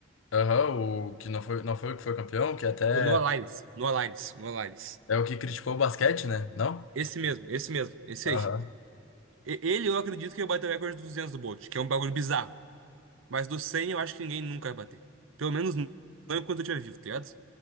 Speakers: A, on the left; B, on the right.
A: Aham, o que não foi, não foi o que foi campeão, que até.
B: O Noah Lyles. Noah Lyles. Noah Lyles.
A: É o que criticou o basquete, né? Não?
B: Esse mesmo, esse mesmo, esse
A: Aham.
B: aí. E- Ele, eu acredito que vai bater o recorde dos 200 do Bolt, que é um bagulho bizarro. Mas do 100 eu acho que ninguém nunca vai bater. Pelo menos não enquanto eu estiver vivo, tá ligado?